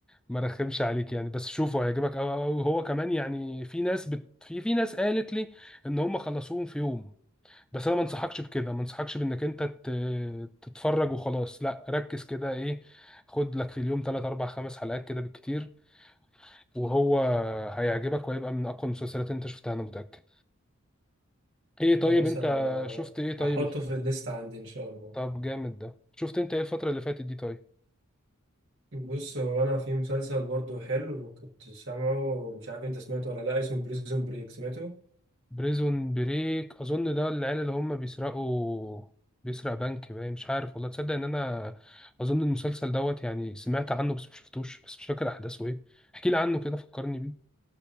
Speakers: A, in the centre; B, on the right.
A: ما رخمش عليك يعني بس شوفه هيعجبك قوي قوي هو كمان يعني في ناس بت... في في ناس قالت لي ان هم خلصوهم في يوم بس انا ما انصحكش بكده ما انصحكش بانك انت ت... تتفرج وخلاص لا ركز كده ايه خد لك في اليوم 3 4 5 حلقات كده بالكتير وهو هيعجبك وهيبقى من اقوى المسلسلات اللي انت شفتها انا متأكد ايه طيب
B: خلاص
A: انت
B: انا
A: شفت ايه طيب
B: هحطه في الليست عندي ان شاء الله
A: طب جامد ده شفت انت ايه الفترة اللي فاتت دي طيب
B: بص هو انا في مسلسل برضو حلو كنت سامعه مش عارف انت سمعته ولا لا اسمه بريزون بريك سمعته
A: بريزون بريك اظن ده العيال اللي هم بيسرقوا بيسرق بنك باين مش عارف والله تصدق ان انا اظن المسلسل دوت يعني سمعت عنه بس مشفتوش بس مش فاكر احداثه ايه احكي لي عنه كده فكرني بيه